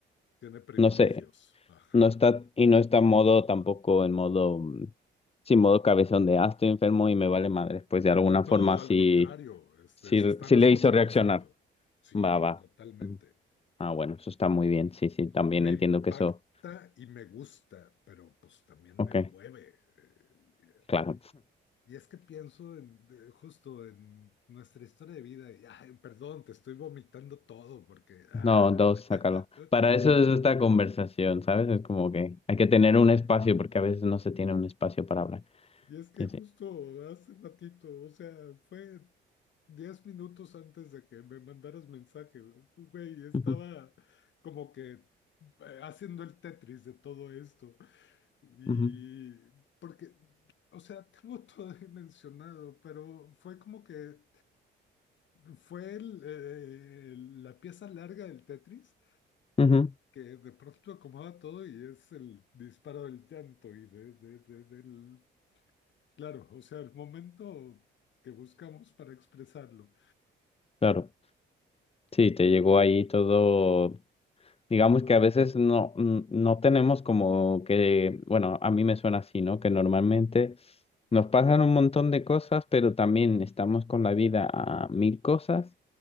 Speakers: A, on the left; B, on the left.
A: tiene privilegios.
B: no sé.
A: Ajá.
B: No está, y no está en modo tampoco en modo, mm, sí, modo cabezón de, ah, estoy enfermo y me vale madre. Pues de alguna
A: No,
B: forma
A: al
B: sí,
A: contrario, este,
B: sí,
A: se está
B: sí
A: responsabilizando.
B: le hizo reaccionar.
A: Sí,
B: Va, va.
A: totalmente.
B: Mm. Ah, bueno, eso está muy bien. Sí, sí, también
A: Me
B: entiendo
A: impacta
B: que eso.
A: y me gusta, pero pues también
B: Ok,
A: me mueve. eh,
B: claro.
A: Y es que pienso en, de- justo en nuestra historia de vida y, ay, perdón, te estoy vomitando todo porque... ah.
B: No, dos, sácalo.
A: <laughs>
B: Para eso es esta conversación, ¿sabes? Es como que hay que tener un espacio porque a veces no se tiene un espacio para hablar.
A: Y es que
B: Sí,
A: justo
B: sí.
A: hace ratito, o sea, fue 10 minutos antes de que me mandaras mensaje, güey, estaba
B: Ujú,
A: como que eh, haciendo el Tetris de todo esto. Y
B: ujú,
A: porque, o sea, <laughs> tengo todo dimensionado, pero fue como que fue el, eh, la pieza larga del Tetris
B: ujú.
A: que de pronto acomoda todo y es el disparo del llanto y de, de- de- del... Claro, o sea, el momento que buscamos para expresarlo.
B: Claro. Sí, te llegó ahí todo Digamos que a veces no, mm, no tenemos como que, bueno, a mí me suena así, ¿no? Que normalmente nos pasan un montón de cosas, pero también estamos con la vida a mil cosas